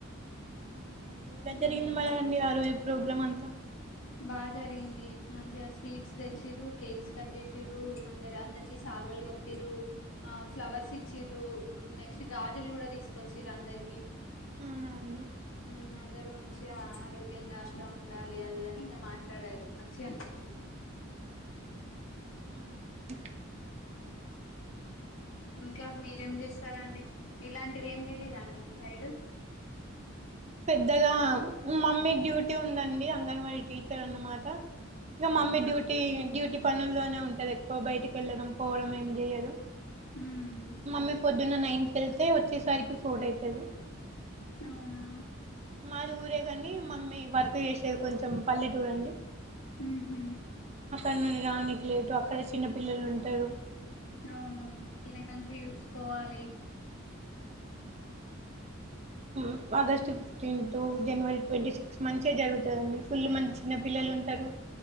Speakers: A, on the right (about 35°); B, on the left (about 70°).
A: అవునా అండి, ఎలా జరిగింది
B: ఉమ్
A: మరి అండి, ఆ రోజు ప్రోగ్రామ్ అంతా.
B: బాగా జరిగింది, మంచిగా స్వీట్స్ తెచ్చిర్రు, కేక్స్ కట్ చేసిర్రు, మందరి అందరికి సాల్ సాల్వాల్ కప్పిర్రూ, ఆ ఫ్లవర్స్ ఇచ్చిర్రు, నెక్స్ట్ గాజులు గుడ తీసుకొచ్చిర్రు అందరికి.
A: అవునా అండి.
B: ఉమ్ అందరూ మంచిగా ఆరోగ్యంగా అట్లా ఉండాలి అది ఇది అని ఇంగ మాట్లాడారు, మంచిగా అనిపించింది.
A: అవునండి
B: ఇంకా మీరేం చేస్తారండి, ఇలాంటివి ఏం తెలిదా అండి మీ సైడు?
A: పెద్దగా మమ్మీ డ్యూటీ ఉందండి అంగన్వాడీ టీచర్ అన్నమాట. ఇగ మమ్మీ
B: అవునా
A: డ్యూటీ డ్యూటీ పనుల్లోనే ఉంటది ఎక్కువ, బయటికి వెళ్ళడం పోవడం ఏం చేయదు.
B: ఉమ్
A: మమ్మీ పొద్దున్న నైన్ కెళ్తే వచ్చేసరికి ఫోర్ అయితది
B: అవునా
A: మాది ఊరే గనీ మమ్మీ వర్క్ చేసేది కొంచెం పల్లేటూరండి
B: ఉహు
A: అక్కడ నుండి రానీకి లేదు అక్కడ చిన్న పిల్లలుంటరు
B: అవునవును పిల్లల్ని మంచిగ చూసుకోవాలి
A: ఉమ్ August fifteen to January twenty six మంచిగ జరుగుతదండి ఫుళ్ళు మంది చిన్నపిల్లలుంటరు